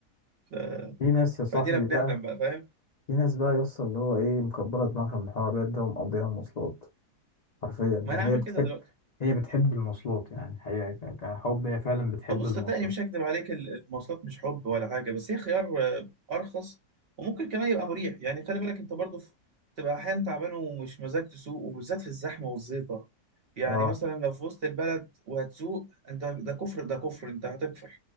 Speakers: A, on the right; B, on the left.
A: ف...
B: في ناس يا صاحبي
A: فادينا بنحلم
B: بقى
A: بقى فاهم
B: في ناس بقى يوصل اللي هو ايه مكبره دماغها من الحوارات ده ومقضيها مواصلات حرفيا
A: ما
B: يعني
A: انا عامل
B: هي بتحب
A: كده دلوقتي
B: هي بتحب المواصلات يعني هي ك- كحب هي فعلا بتحب
A: بص
B: المواصلات
A: صدقني مش هكدب عليك ال- المواصلات مش حب ولا حاجه بس هي خيار آه، ارخص وممكن كمان يبقى مريح يعني خلي بالك انت برضه في- تبقى احيانا تعبان ومش مزاج تسوق وبالذات في الزحمه والزيطه يعني
B: اه
A: مثلا لو في وسط البلد وهتسوق انت ده كفر ده كفر انت هتكفر